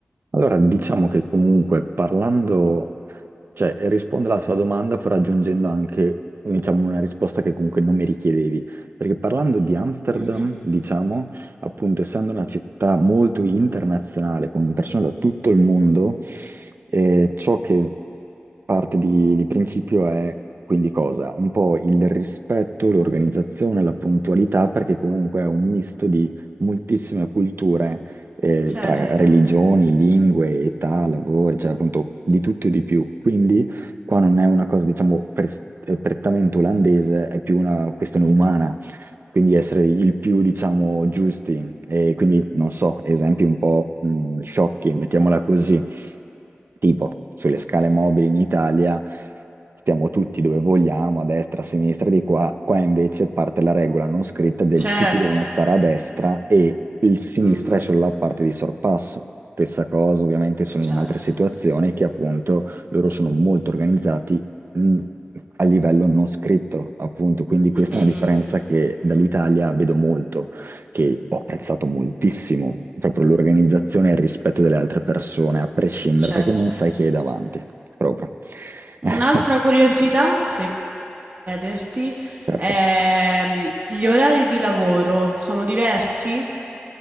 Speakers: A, on the right; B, on the right.
A: Allora, diciamo che comunque parlando Cioè, rispondo alla tua domanda però aggiungendo anche, diciamo, una risposta che comunque non mi richiedevi, perché parlando di Amsterdam,
B: Mhm.
A: diciamo, appunto, essendo una città molto internazionale, con persone da tutto il mondo, e ciò che parte di, di principio è quindi cosa? Un po' il rispetto, l'organizzazione, la puntualità, perché comunque è un misto di moltissime culture, eh,
B: Certo,
A: tra religioni, lingue, età, lavori, cioè appunto di tutto e di più. Quindi qua non è una cosa, diciamo, pre- eh, prettamente olandese, è più una questione umana. Quindi essere il più, diciamo, giusti. E quindi, non so, esempi un po' mh, sciocchi, mettiamola così. Tipo, sulle scale mobili in Italia stiamo tutti dove vogliamo, a destra, a sinistra, di qua. Qua invece parte la regola non scritta del
B: certo.
A: tutti devono stare a destra e il sinistra
B: Mh-mh.
A: è solo la parte di sorpasso. Stessa cosa, ovviamente, sono in
B: Certo.
A: altre situazioni che appunto loro sono molto organizzati mh, a livello non scritto, appunto. Quindi questa
B: Mh, mh,
A: è una differenza
B: mh, mh.
A: che dall'Italia vedo molto che ho apprezzato moltissimo, proprio l'organizzazione e il rispetto delle altre persone, a prescindere,
B: Certo.
A: perché non sai chi hai davanti, proprio. <laughs>
B: Un'altra
A: Eh,
B: curiosità, se posso chiederti,
A: certo.
B: ehm, gli orari di lavoro sono diversi?